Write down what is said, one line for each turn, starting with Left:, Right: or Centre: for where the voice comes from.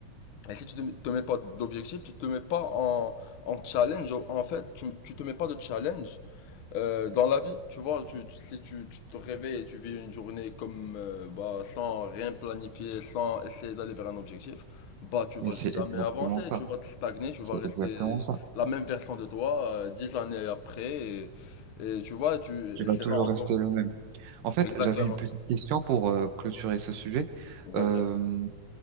Left: Et si tu te, te mets pas d'objectifs, tu te mets pas en, en challenge. En fait, tu, tu te mets pas de challenge. Euh, dans la vie, tu vois, tu, tu- si tu, tu te réveilles et tu vis une journée comme euh, bah, sans rien planifier, sans essayer d'aller vers un objectif, bah tu vas
Right: Mais c'est
Left: jamais
Right: exactement
Left: avancer,
Right: ça.
Left: tu vas te stagner, tu
Right: C'est
Left: vas rester
Right: exactement ça.
Left: la même version de toi euh, dix années après et, et tu vois, tu
Right: Tu
Left: et
Right: vas
Left: c'est
Right: toujours
Left: là encore
Right: rester le même. En fait,
Left: exactement.
Right: j'avais une petite question pour euh, clôturer ce sujet.
Left: Vas-y.
Right: Euh,